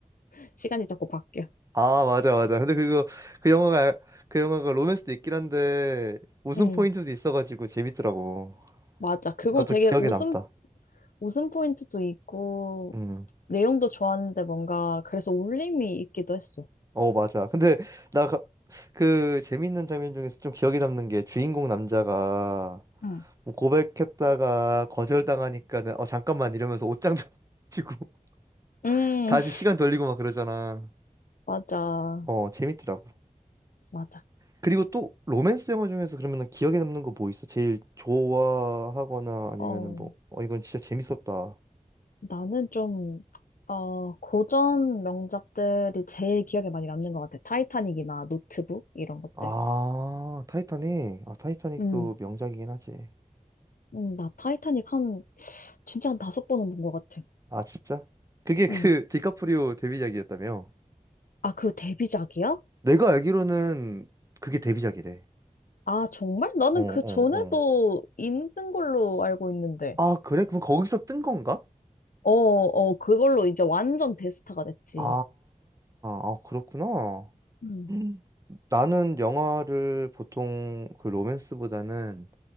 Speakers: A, on the left; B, on the right.
A: <laughs> 시간이 자꾸 바뀌어.
B: 아, 맞아, 맞아. 근데 그거 그 영화가 그 영화가 로맨스도 있긴 한데 웃음
A: 음,
B: 포인트도 있어가지고 재밌더라고.
A: 맞아. 그거
B: 나도
A: 되게
B: 기억에
A: 웃음,
B: 남다.
A: 웃음 포인트도 있고,
B: 음.
A: 내용도 좋았는데 뭔가, 그래서 울림이 있기도 했어.
B: 어, 맞아. 근데 나 그 재밌는 장면 중에서 좀 기억에 남는 게 주인공 남자가
A: 음,
B: 뭐 고백했다가 거절당하니까는 어 잠깐만 이러면서 옷장 지고 <laughs>
A: 음,
B: 다시 시간
A: <laughs>
B: 돌리고 막 그러잖아.
A: 맞아.
B: 어, 재밌더라고.
A: 맞아.
B: 그리고 또 로맨스 영화 중에서 그러면은 기억에 남는 거 뭐 있어? 제일 좋아하거나 아니면은
A: 어,
B: 뭐 어 이건 진짜 재밌었다.
A: 나는 좀, 어, 고전 명작들이 제일 기억에 많이 남는 것 같아. 타이타닉이나 노트북, 이런 것들.
B: 아, 타이타닉. 아, 타이타닉도
A: 음,
B: 명작이긴 하지.
A: 음, 나 타이타닉 한, 진짜 한 다섯 번은 본 것 같아.
B: 아, 진짜? 그게 그
A: 음.
B: 디카프리오 데뷔작이었다며?
A: 아, 그 데뷔작이야?
B: 내가 알기로는 그게 데뷔작이래.
A: 아, 정말? 나는
B: 어, 어,
A: 그 전에도
B: 어.
A: 있는 걸로 알고 있는데.
B: 아, 그래? 그럼 거기서 뜬 건가?
A: 어, 어, 그걸로 이제 완전 대스타가 됐지.
B: 아, 아, 그렇구나.
A: 음,
B: 음. 나는 영화를 보통 그 로맨스보다는